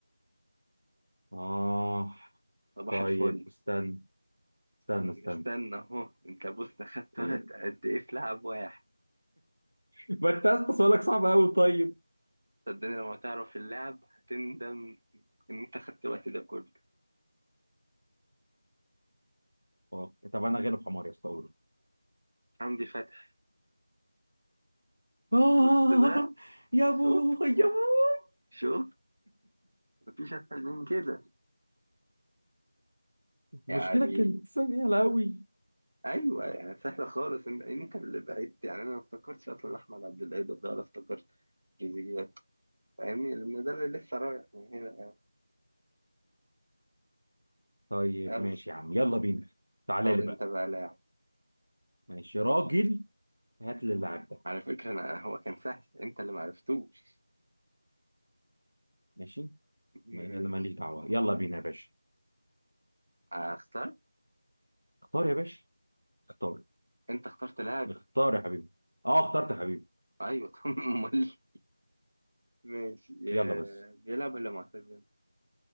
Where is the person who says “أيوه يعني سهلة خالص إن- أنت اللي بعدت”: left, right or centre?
Right